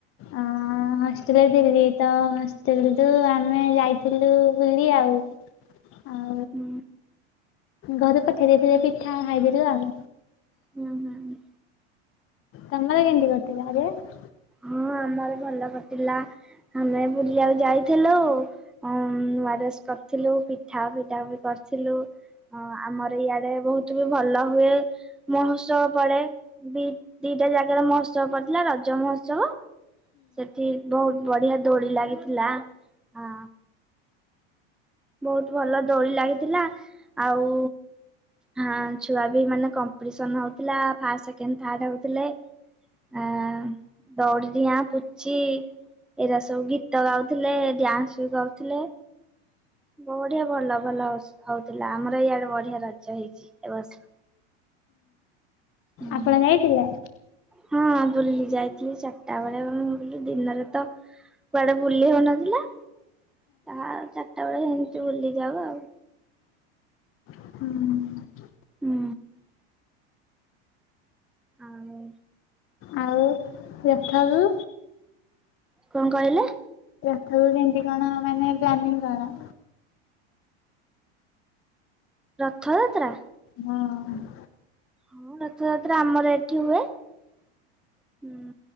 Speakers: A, on the left; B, in the centre.
A: ଆଁ ହଷ୍ଟେଲରେ ଥିଲି। ତ ହଷ୍ଟେଲ ରୁ ଆମେ ଯାଇଥିଲୁ ବୁଲି ଆଉ। <unintelligible>
B: ଉଁ।
A: ଘରେ ପଠେଇ ଦେଇଥିଲେ ପିଠା ଖାଇଦେଲୁ ଆଉ।
B: ହୁଁ ହୁଁ।
A: ତମର କେମିତି କଟିଲା <unintelligible>
B: ହଁ ଆମର ଭଲ କଟିଲା। ଆମେ ବୁଲିବାକୁ ଯାଇଥିଲୁ। ଉଁ ନୂଆ ଡ୍ରେସ୍ କରିଥିଲୁ ପିଠା ପିଠା ବି କରିଥିଲୁ? ହଁ ଆମର ଇଆଡେ ବହୁତ ବି ଭଲ ହୁଏ। ମହୋତ୍ସବ ପଡେ ଦି ଦିଟା ଜାଗାର ମହୋତ୍ସବ ପଡିଥିଲା ରଜ ମହୋତ୍ସବ। ସେଠି ବହୁତ ବଢିଆ ଦୋଳି ଲାଗିଥିଲା। ହଁ ବହୁତ ଭଲ ଦୋଳି ଲାଗିଥିଲା ଆଉ ହଁ ଛୁଆ ବି ମାନେ କମ୍ପିଟସନ ହଉଥିଲା ଫାଷ୍ଟ ସେକଣ୍ଡ ଥାଡ ହଉଥିଲେ। ଆ ଦୌଡିଡିଆ ପୁଚି। ଏଇଟା ସବୁ ଗୀତ ଗାଉଥିଲେ ଡ୍ୟାନ୍ସ ବି କରୁଥିଲେ। ବଢିଆ ଭଲ ଭଲ ହଉଥିଲା ଆମର ଇଆଡେ ବଢିଆ ରଜ ହେଇଛି ଏ ବର୍ଷ। ହୁଁ।
A: ଆପଣ ଯାଇଥିଲେ?
B: ହଁ ବୁଲି ଯାଇଥିଲି ଚାରିଟା ବେଳେଁ ଦିନରେ ତ କୁଆଡେ ବୁଲି ହଉନଥିଲା ତାହା ଚାରିଟା ବେଳେ ଏମିତି ବୁଲିଯାଉ ଆଉ
A: ହୁଁ।
B: ହୁଁ। ଆଉ
A: ଆଉ ସେଠାରୁ
B: କଣ କହିଲେ?
A: ଆରଥରକୁ କେମତି କଣ ମାନେ ପ୍ଲାନିଙ୍ଗ କଣ?
B: ରଥଯାତ୍ରା।
A: ହଁ।
B: ହଁ ରଥଯାତ୍ରା ଆମର ଏଠି ହୁଏ ହୁଁ।